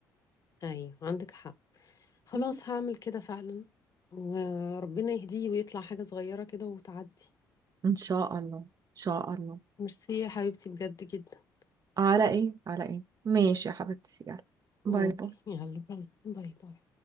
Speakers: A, on the left; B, on the right.
A: ايوه عندك حق خلاص
B: مم.
A: هعمل كده فعلا وربنا يهديه ويطلع حاجة صغيرة كده وتعدي
B: ان شاء الله ان شاء الله
A: ميرسي يا حبيبتي بجد جدا
B: على ايه على ايه ماشي يا حبيبتي يلا باي
A: اوكي
B: باي
A: يلا باي باي باي